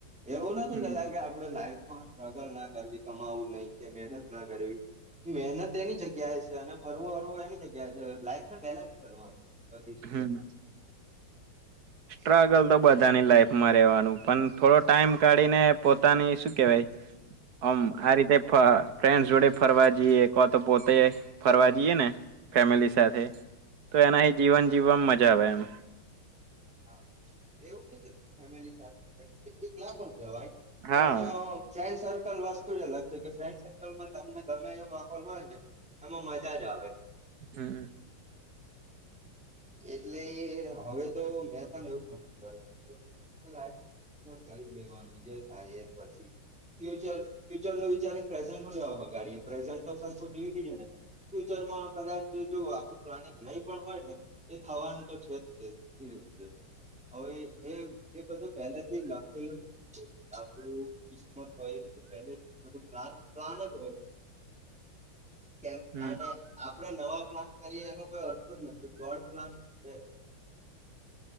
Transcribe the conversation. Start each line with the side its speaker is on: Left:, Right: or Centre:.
Centre: એવું નથી
Right: હમ્મ
Centre: કેતા કે આપડું લાઈફ. સ્ટ્રગલ ના કરવી કમાવું નહી કે મહેનત ના કરવી મહેનત એની જગ્યાએ છે અને ફરવું ફરવું એની જગ્યાએ છે લાઈફને બેલેન્સ કરવાની. વધદીી રીધ
Right: હમ્મ.
Centre: છે. <inaudible>
Right: સ્ટ્રગલ તો બધાની લાઈફ. રહેવાનું પણ થોડો ટાઈમ કાઢીને પોતાની શું કેવાય આમ આ રીતે ફ્રેન્ડસ જોડે ફરવા જઈએવા તો પોતે ફરવા જઈએ ને ફેમિલી. સાથે તો એના. જીવન જીવવામાં મજા આવે એમ--.
Centre: હા એવું નઈ ફેમિલી સાથે એકલા પણ જવાય--.
Right: હા
Centre: પણ ફ્રેન્ડ સ--. સર્કલ વસ્તુ જ અલગ છે કે ફ્રેન્ડ સર્કલ મા. તમને ગમે એ માહોલ હોય ને એમાં મજા જ આવે.
Right: હમ
Centre: એટલે હવે--. તો મે પણ એવું <inaudible> કરેું છે <inaudible> કરી લેવાની જે થાય એ પછી ફર ફ્યચર ન વિચાર પ્રેઝ લેવા બગાડીએ પ્રેઝન્ટ તો સરું જ ને ફ્યુચરમાં કદાચ જો આપડું પ્લાનિંગ નહીં પણ હોય ને એ થવાનું તો છે. ધીરે ધીરે હવે એ એ બધું પેલા. એ લખેલું જ આપડું--. કિસ્મત હોય એ બધુ <inaudible> <unintelligible> હોય--. કેમ
Right: હમ
Centre: આને આપડે નવા--. પ્લાન કરીએ એનો કોઈ અર્થ જ નથી ગોડ પ્લાન છે--. <inaudible>